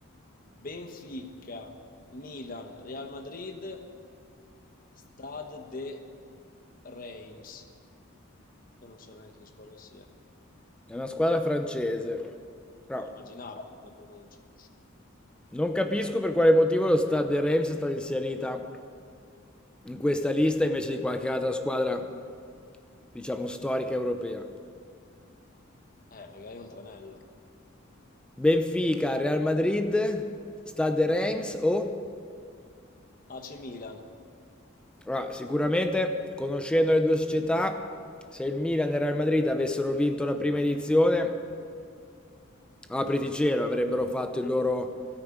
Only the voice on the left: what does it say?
Benfica, Milan, Real Madrid, Stade de Reims. Io non so neanche che squadra sia.
Ah, immaginavo la pronuncia.
Eh, magari è un tranello.
AC Milan.